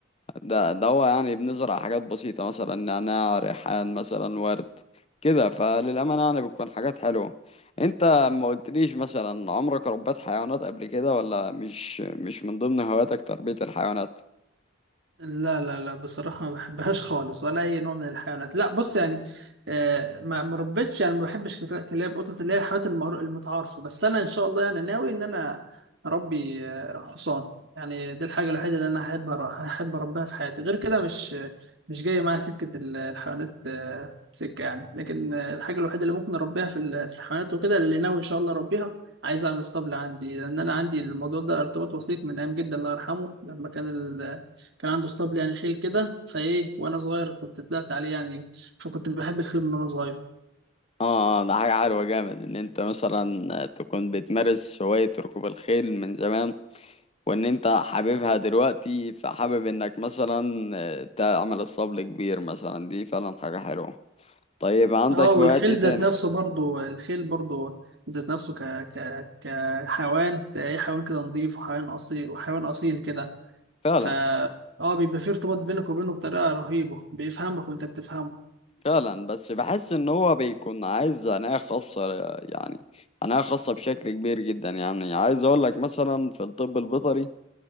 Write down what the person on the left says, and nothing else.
ده ده هو يعني بنزرع حاجات بسيطة مثلا نعناع ريحان مثلا ورد كده فللأمانة يعني بتكون حاجات حلوة انت ما قلتليش مثلا عمرك ربيت حيوانات قبل كده ولا مش مش من ضمن هواياتك تربية الحيوانات
اه آه، ده حاجة حلوة جامد ان انت مثلا تكون بتمارس هواية ركوب الخيل من زمان وان انت حاببها دلوقتي فحابب انك مثلا آه، تعمل الصبل كبير مثلا دي فعلا حاجة حلوة طيب عندك
هوايات ايه تاني
فعلا
فعلا بس بحس ان هو بيكون عايز عناية خاصة يعني عناية خاصة بشكل كبير جدا يعني عايز اقول لك مثلا في الطب البيطري